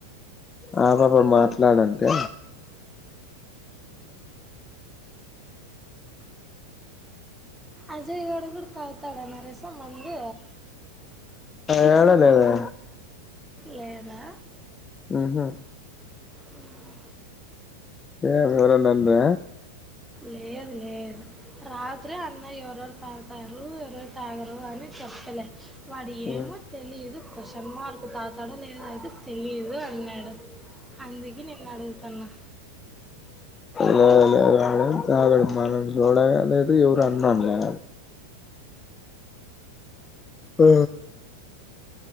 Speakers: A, on the left; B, in the centre.
A: ఆ పాప మాట్లాడంటే
B: అజయ్ గాడు కూడ తాగతాడా నరేష మందు
A: యాడలేదే
B: లేదా
A: హ్మహు
B: హ్మ్
A: ఏ ఏవ్వరన్నా అండ్ర
B: లేదు లేదు రాత్రి అన్నయ ఎవరెవరు తాగతారు ఎవరెవరు తాగరు అని చెప్పలే వాడు
A: లేదు
B: ఏమో తెలీదు కోశన్మార్క్ తాగతాడో లేదో అయితే తెలీదు అన్నాడు అందుకే నిన్ను అడుగుతన్నా
A: లే లేదు వాడేం తాగడు మనం చూడగా లేదు ఎవరు అన్ను అనలే ఆ